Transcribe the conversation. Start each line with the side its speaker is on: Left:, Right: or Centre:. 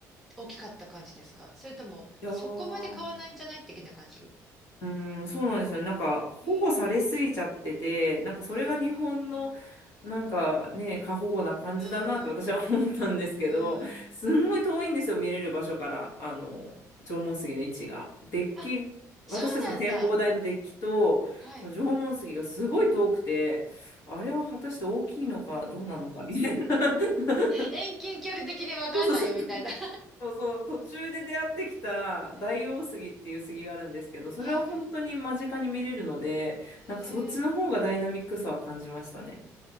Centre: 大きかった感じですかそれとも、
Left: やー
Centre: そこまで買わないんじゃない的な感じ
Left: うーん、そうなんですよね。なんか保護されすぎちゃってて、
Centre: え
Left: なんかそれが日本の
Centre: ああー、
Left: なんかね、過保護な感じだなって私は思ったんですけど、
Centre: うんうんうんうん。うん。
Left: すんごい遠いんですよ、見れる場所から、あの、縄文杉の位置が。デッキ、
Centre: あ、そうなんだ。
Left: 私たちの展望台のデッキと、
Centre: はい。
Left: その縄文杉がすごい遠くて、あれは果たして大きいのかどうなのかみたいな。<laughs>
Centre: 遠近距離的にわかんないよ、
Left: そうそう
Centre: みたいな。<laughs>
Left: そうそう、途中で出会ってきた大王杉っていう杉があるんですけど、
Centre: うん。
Left: それは本当に間近に見れるので、
Centre: はい。ええ
Left: なんかそっちの方がダイナミックさは感じましたね。